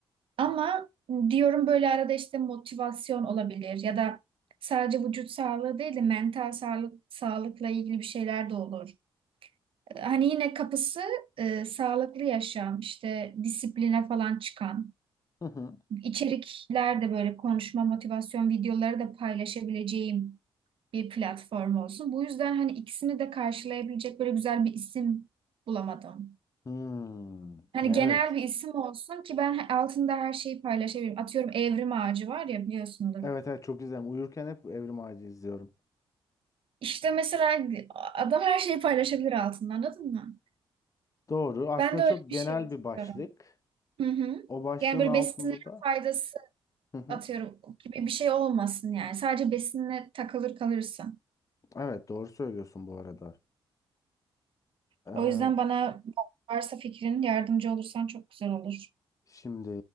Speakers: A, on the right; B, on the left.
A: Ama diyorum böyle arada işte motivasyon olabilir ya da sadece vücut sağlığı değil de mental sağlık sağlıkla ilgili bir şeyler de olur. Hani yine kapısı e, sağlıklı yaşam, işte disipline falan çıkan
B: Hı hı.
A: içerikler de böyle konuşma motivasyon videoları da paylaşabileceğim bir platform olsun. Bu yüzden hani ikisini de karşılayabilecek böyle güzel bir isim bulamadım.
B: Hmm.
A: Hani
B: Ya
A: genel
B: evet.
A: bir isim olsun ki ben altında her şeyi paylaşabileyim. Atıyorum Evrim Ağacı var ya biliyorsundur.
B: Evet evet çok izlerim. Uyurken hep Evrim Ağacı izliyorum.
A: İşte mesela adam her şeyi paylaşabilir altında anladın mı?
B: Doğru. Aslında
A: Ben de
B: çok
A: öyle bir
B: genel
A: şey istiyorum.
B: bir başlık.
A: Hı hı.
B: O başlığın
A: Yani böyle
B: altında
A: besinlerin
B: da.
A: faydası
B: Hı hı.
A: atıyorum gibi bir şey olmasın yani. Sadece besinle takılır kalırsın.
B: Evet doğru söylüyorsun bu arada. E,
A: O yüzden bana varsa fikrin yardımcı olursan çok güzel olur.
B: Şimdi